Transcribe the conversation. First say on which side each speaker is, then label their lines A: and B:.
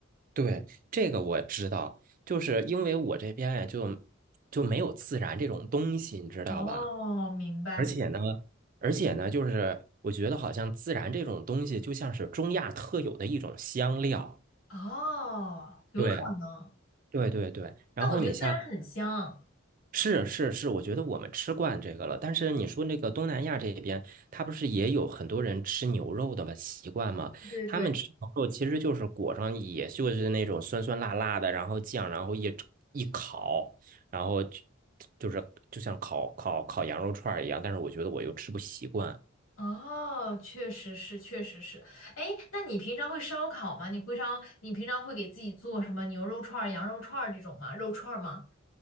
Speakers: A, on the right; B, on the left.
A: 对，这个我知道，就是因为我这边呀，就就没有自然这种东西，你知道吧？
B: 哦，明白。
A: 而且呢，而且呢，就是我觉得好像自然这种东西就像是中亚特有的一种香料。
B: 哦，有可能，
A: 对，对对对。然后你像
B: 但我觉得孜然很香。
A: 是是是，我觉得我们吃惯这个了。但是你说那个东南亚这边，他不是也有很多人吃牛肉的吗？习惯吗？
B: 对对。
A: 他们吃牛肉其实就是裹上，也就是那种酸酸辣辣的，然后酱，然后一一烤，然后就就是就像烤烤烤羊肉串儿一样。但是我觉得我又吃不习惯。
B: 哦，确实是，确实是。哎，那你平常会烧烤吗？你会烧，你平常会给自己做什么牛肉串儿羊肉串儿这种吗？肉串儿吗？